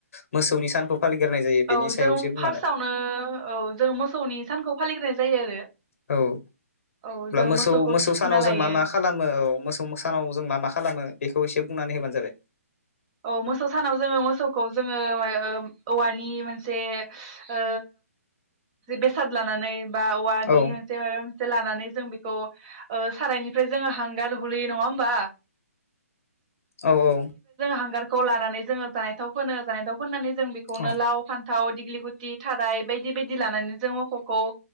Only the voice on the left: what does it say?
मोसौनि सानखौ फालिग्रोनाय जायो बेनि
सायाव
एसे बुंनानै
औ होनब्ला
मोसौ
मोसौ
सानाव
जों मा मा खालामो औ मोसौ सानाव जों मा मा खालामो बेख खौ इसे बुंनानै होबानो जाबाय।
औ
औ औ
औ